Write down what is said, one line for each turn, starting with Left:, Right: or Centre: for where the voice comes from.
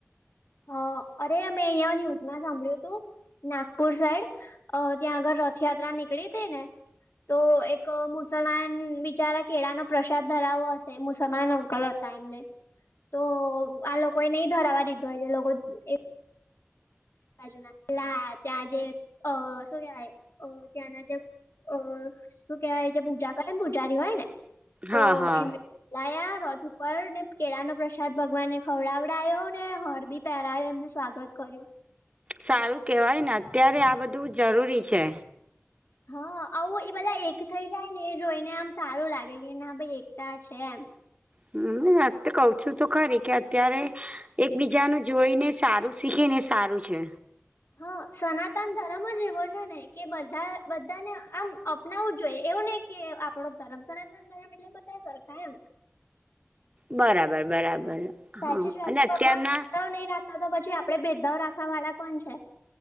Left: હ અરે મેં અહીંયા ન્યૂઝમાં સાંભળ્યું તું નાગપુર સાઈડ અ ત્યાં આગળ રથયાત્રા નીકળી તી ને. તો એક મુસલમાન બિચારા કેડાનો પ્રસાદ ધરાવો હશે મુસલમાન અંકલત તેયામને તો આ લોકો એ નહી ધરાવા દીધો હોય જે લોકો એ બાજુ ના લા ત્યાં જે અ શું કેવાય અ ત્યાના જે. અ શું કેહેવાય જે પૂજા કરે ને પૂજારી હોય ને તો
Right: હા હા
Left: એ લાયા રથ ઉપર ને કેળા નો પ્રસાદ ભગવાનને ખવડાવડાયો ને હરબી પેરાય એમનું સ્વાગત કર્યું.
Right: સારું કહેવાય ને અત્યારે આ બધું જરૂરી છે
Left: હા આવું એ બધા એક થઇ જાય ને એ જોઈને આમ સારું લાગે કે ના ભાઈ એકતા છે એમ
Right: <unintelligible> કવ છું તો ખરી કે અત્યારે એકબીજા ન જોઈ ને સારું શીખે ને સારું છે
Left: હા સનાતન ધર્મ જ એવો છે ને કે બધા બધાને આમ અપનાવવું જોઈએ એવું નહિ કે આપડો ધર્મ સનાતન ધરમ એટલે બધા સરખા એમ
Right: બરાબર બરાબર
Left: સાચી
Right: હા
Left: જ વાત
Right: અને અત્યારના
Left: ભગવાન ભેદાનાવ નહી રાખતા તો પછી આપડે ભેદભાવ રાખવા વાળા કોણ છે